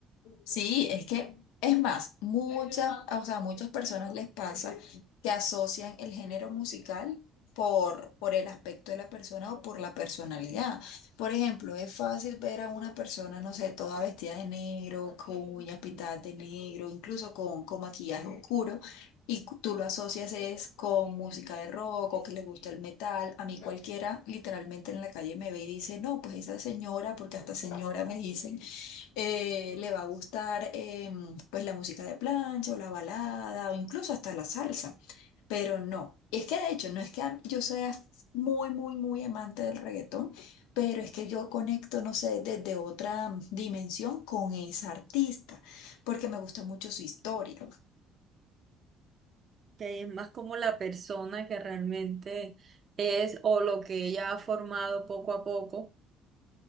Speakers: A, on the left; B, on the right.
A: Sí, es que, es más, muchas, o sea, a muchas personas les pasa que asocian el género musical por, por el aspecto de la persona o por la personalidad. Por ejemplo, es fácil ver a una persona, no sé, toda vestida de negro, con uñas pintadas de negro, incluso con, con maquillaje oscuro. Y cu- tú lo asocias es con música de rock o que les gusta el metal. A mí cualquiera literalmente en la calle me ve y dice, no, pues esa señora, porque hasta señora me dicen, eh, le va a gustar em, pues la música de plancha o la balada o incluso hasta la salsa. Pero no, es que de hecho no es que a- yo sea muy, muy, muy amante del reggaetón, pero es que yo conecto, no sé, desde otra dimensión con esa artista, porque me gusta mucho su historia.
B: que es más como la persona que realmente es o lo que ella ha formado poco a poco.